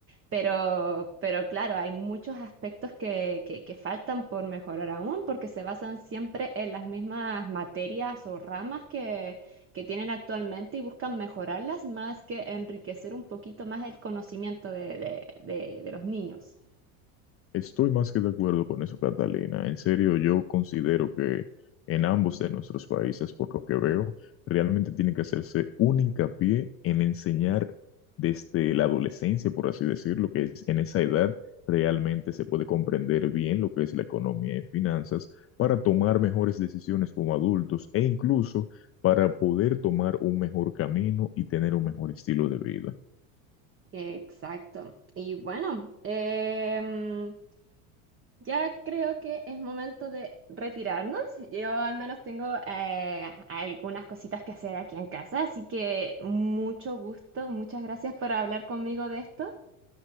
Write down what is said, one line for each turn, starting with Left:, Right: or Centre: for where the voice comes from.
Right: pero, pero claro, hay muchos aspectos que, que, que faltan por mejorar aún, porque se basan siempre en las mismas materias o ramas que, que tienen actualmente y buscan mejorarlas más que enriquecer un poquito más el conocimiento de de- de- de los niños.
Left: Estoy más que de acuerdo con eso, Catalina. En serio, yo considero que en ambos de nuestros países, por lo que veo, realmente tiene que hacerse un hincapié en enseñar desde la adolescencia, por así decirlo, que es en esa edad realmente se puede comprender bien lo que es la economía y finanzas para tomar mejores decisiones como adultos e incluso para poder tomar un mejor camino y tener un mejor estilo de vida.
Right: Exacto. Y bueno, em, ya creo que es momento de retirarnos. Yo al menos tengo eh, algunas cositas que hacer aquí en casa, así que mucho gusto, muchas gracias por hablar conmigo de esto.